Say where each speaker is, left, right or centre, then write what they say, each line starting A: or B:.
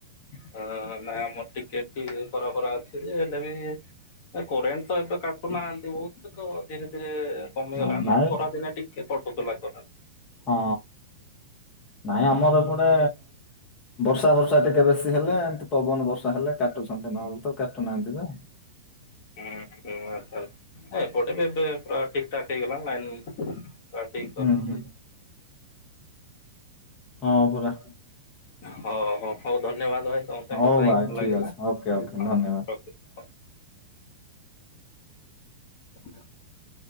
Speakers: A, on the left; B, on the left.
A: ହ ନାଇ ଆମର ଟିକେଟ ଖରା ଖରା ଅଛି, ଯେ ହେଲେ ବି କୋରେନ୍ ତ ଏବେ କାଟୁନାହାନ୍ତି, ବହୁତକ ଧୀରେ ଧୀରେ କମିଗଲା
B: ହଁ ନାଇଁ
A: ଖରା ଦିନେ ଟିକେ କଟକ ଲାଗ
B: ହଁ ନାଇଁ ଆମର ଗଟେ ବର୍ଷା ବର୍ଷା ଟିକେ ବେଶୀ ହେଲେ, ଏମତି ପବନ ବର୍ଷା ହେଲେ କାଟୁଛନ୍ତି, ନହେଲେ ତ କାଟୁନାହାନ୍ତି ତ।
A: ହୁଁ ହୁଁ ଆଛା, ଏପଟେ ବି ଏବେ ପୁରା ଠିକଠାକ ହେଇଗଲାଣି ଲାଇନ ହ ଠିକ
B: ହୁଁ
A: ଅଛି
B: ହୁଁ ହଁ ପରା
A: ହଉ ହଉ ହଉ ଧନ୍ୟବାଦ। ଭାଇ ସାଙ୍ଗେ
B: ହଉ
A: କଥା ହେଇ
B: ଭାଇ
A: ଭଲ
B: ଠିକ
A: ଲାଗିଲା
B: ଅଛି ଓକେ
A: ହଉ,
B: ଓକେ ଧନ୍ୟବାଦ
A: ରଖୁଛି ହଉ। <inaudible>